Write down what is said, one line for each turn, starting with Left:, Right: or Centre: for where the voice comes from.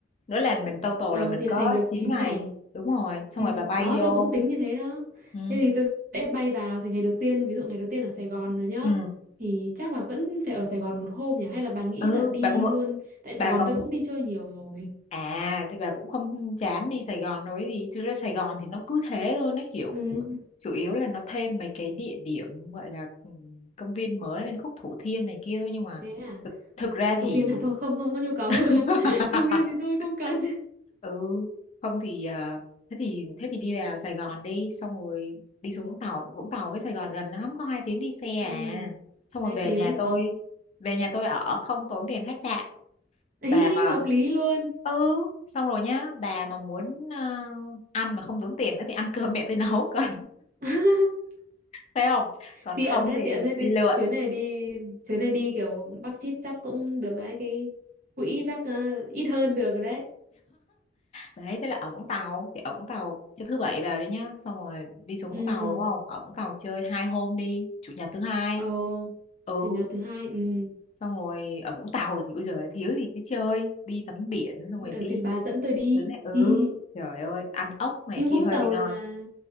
Left: nữa là mình total
Right: ờ
Left: là mình
Right: thì
Left: có
Right: là thành được
Left: chín
Right: 9
Left: ngày
Right: ngày.
Left: đúng rồi xong
Right: Ừ,
Left: rồi bà bay
Right: đó
Left: vô
Right: tôi cũng tính như thế đó
Left: ừ
Right: thế thì tôi sẽ bay vào thì ngày đầu tiên ví dụ ngày đầu tiên ở Sài Gòn rồi nhá
Left: ừ
Right: thì chắc là vẫn phải ở Sài Gòn một hôm nhỉ hay là bà nghĩ
Left: ừ
Right: là đi
Left: bà có một
Right: luôn tại Sài
Left: bà
Right: Gòn
Left: có
Right: tôi cũng đi chơi nhiều rồi
Left: À, thì bà cũng không chán đi Sài Gòn nói gì. Thực ra Sài Gòn thì nó cứ thế thôi, nó kiểu
Right: Ừ.
Left: chủ yếu là nó thêm mấy cái địa điểm gọi là ừ, công viên mới bên khúc Thủ Thiêm này kia thôi nhưng mà
Right: thế à
Left: thực, thực ra thì
Right: công viên à thôi không không có nhu cầu <laughs>
Left: <laughs>
Right: công viên thì tôi không cần
Left: ừ không thì à, thế thì thế thì đi vào Sài Gòn đi, xong rồi đi xuống Vũng Tàu, Vũng Tàu với Sài Gòn gần lắm, có hai tiếng đi xe à.
Right: ừ
Left: Xong rồi
Right: hai
Left: về
Right: tiếng
Left: nhà tôi,
Right: ở
Left: về nhà tôi ở không tốn tiền khách sạn
Right: <laughs>
Left: bà mà
Right: hợp lý luôn
Left: ừ xong rồi nhá bà mà muốn ờ, ăn mà không tốn tiền nữa thì ăn cơm mẹ tôi nấu <laughs> còn
Right: <laughs>
Left: thấy không còn
Right: tiện
Left: không
Right: thế
Left: thì
Right: tiện thế đi
Left: đi lượn
Right: chuyến này đi chuyến này đi kiểu Bắc chít chắc cũng được đấy cái quỹ chắc ờ, ít hơn được rồi đấy
Left: đấy thế là ở Vũng Tàu thì ở Vũng Tàu cho thứ bảy vào đi nhá xong rồi đi xuống
Right: ừ
Left: Vũng Tàu đúng không ở Vũng Tàu chơi hai hôm đi chủ nhật thứ hai
Right: Ồ,
Left: ừ
Right: chủ nhật thứ hai ừ.
Left: xong rồi ở Vũng Tàu thì bây giờ thiếu gì cứ chơi đi tắm biển xong
Right: Ừ,
Left: rồi đi
Right: thì bà dẫn tôi đi.
Left: thứ này ừ
Right: <laughs>
Left: trời ơi ăn ốc này
Right: Nhưng
Left: kia
Right: Vũng
Left: hơi
Right: Tàu
Left: bị ngon
Right: là